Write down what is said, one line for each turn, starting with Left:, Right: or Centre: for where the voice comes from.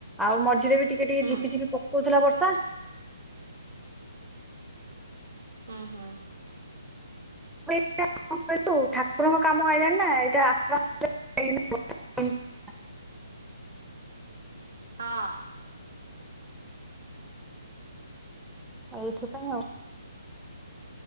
Centre: ଆଉ ମଝିରେ ବି ଟିକେ ଟିକେ
Right: ହୁଁ
Centre: ଝିପି ଝିପି ପକଉଥିଲା ବର୍ଷା।
Right: ଅ ହଁ।
Centre: <unintelligible> ଠାକୁରଙ୍କ କାମ ଆଇଲାଣିି ନା ଏଇଟା ଆସ୍ତ ଆସ୍ତେ <unintelligible>
Right: ହଁ।
Centre: ଏଇଥିପାଇଁ ଆଉ।